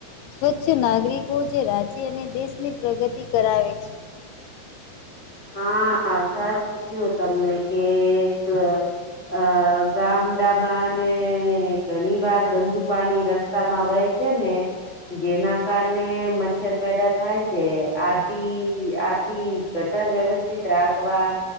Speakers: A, on the left (about 85°); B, on the left (about 25°).
A: સ્વચ્છ નાગરિકો જે રાજ્ય અને દેશની પ્રગતિ કરાવે છે.
B: હા સાચું ક્યું તમને કે સ અ ગામડામાં અને ઘણી વાર ગંદુ પાણી રસ્તા રસ્તામાં વહે છે ને. જેના કારણે મચ્છર પેદા થાય છે. આથી આથી તર વ્યવસ્થિત રાખવા